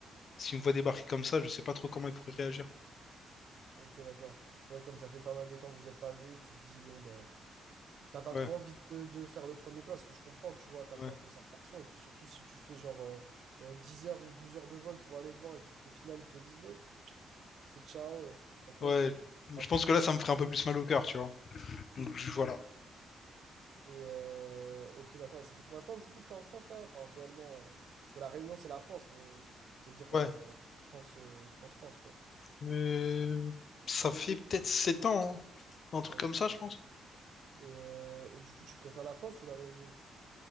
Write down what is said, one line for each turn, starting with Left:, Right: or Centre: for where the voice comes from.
Left: s'il me voit débarquer comme ça, je sais pas trop comment il pourrait réagir.
Right: Ok, d'accord. Ouais, comme ça fait pas mal de temps que vous n'êtes pas vus, tu te dis, bon, ben, T'as pas
Left: Ouais,
Right: trop envie de, de faire le premier pas, ce que je comprends, tu vois, t'as
Left: ouais,
Right: peur de sa réaction. Et puis surtout, si tu fais genre euh, euh, 10 heures ou 12 heures de vol pour aller le voir, et puis qu'au final, ils te disent, bon, c'est ciao, euh, à quoi,
Left: ouais.
Right: bon, bah, c'est
Left: Je
Right: un peu
Left: pense
Right: con.
Left: que là, ça me ferait un peu plus mal au cœur, tu vois. Donc, je- voilà.
Right: Et euh, ok, d'accord. Et ça fait combien de temps du coup que t'es en France là? Enfin, réellement, euh, parce que la Réunion, c'est la France, mais je veux dire
Left: Ouais.
Right: en France, euh, France, France, quoi.
Left: Euh, ça fait peut-être 7 ans, hein, un truc
Right: Ok.
Left: comme ça, je pense.
Right: Et, euh, et du coup, tu préfères la France ou la Réunion?